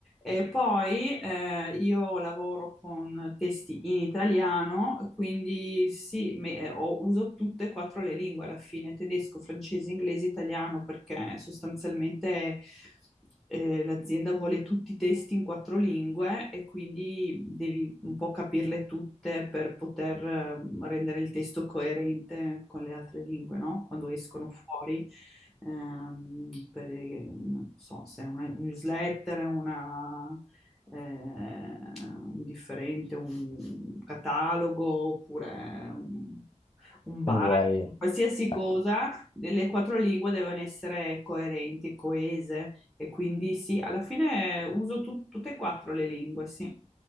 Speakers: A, in the centre; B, on the left (about 45°).
A: E poi eh, io lavoro con testi in italiano, quindi sì, me- eh, ho- uso tutte e quattro le lingue alla fine, tedesco, francese, inglese, italiano, perché sostanzialmente eh, l'azienda vuole tutti i testi in quattro lingue e quindi devi un po' capirle tutte per poter eh, rendere il testo coerente con le altre lingue, no? Quando escono fuori ehm, per, non so se è una newsletter, una, eh, un differente, un catalogo oppure un, un
B: Quindi
A: bar,
B: hai,
A: qualsiasi cosa,
B: eh,
A: le quattro lingue devono essere coerenti, coese e quindi sì, alla fine uso tut- tutte e quattro le lingue, sì.